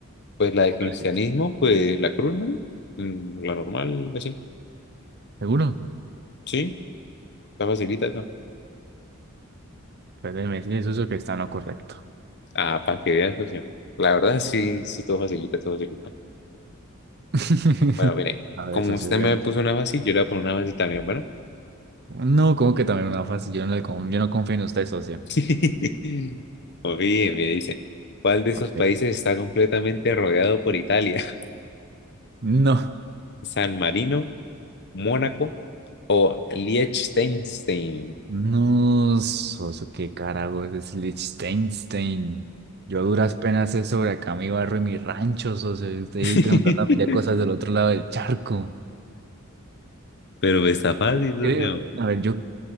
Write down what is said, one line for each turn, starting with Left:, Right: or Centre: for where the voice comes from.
Left: Pues la de
Right: ¿Cuál
Left: cristianismo,
Right: es?
Left: pues la cruz, ¿no? Mm, La normal, así.
Right: ¿Seguro?
Left: Sí, está facilita esa
Right: Pues déjeme decirle, socio, que está en lo correcto.
Left: Ah, para que veas, socio. La verdad, sí, sí, todo facilita, todo facilita.
Right: <laughs>
Left: Bueno, mire,
Right: A ver,
Left: como
Right: socio,
Left: usted
Right: dígame
Left: me puso
Right: usted.
Left: una fácil, yo le voy a poner una fácil también, bueno.
Right: No, como que también una fácil. Yo no, le con- yo no confío en usted, socio.
Left: <laughs> Oye, me dice, ¿cuál de esos
Right: A
Left: países
Right: ver.
Left: está completamente rodeado por Italia? <laughs>
Right: No,
Left: ¿San Marino, Mónaco o Liechtenstein?
Right: no, socio, qué carajo es Liechtenstein. Yo a duras penas sé sobre acá mi barrio y mi rancho, socio. y Usted
Left: <laughs>
Right: ahí preguntándome ya cosas del otro lado del charco.
Left: Pero pues, está fácil, socio.
Right: Creo. A ver, yo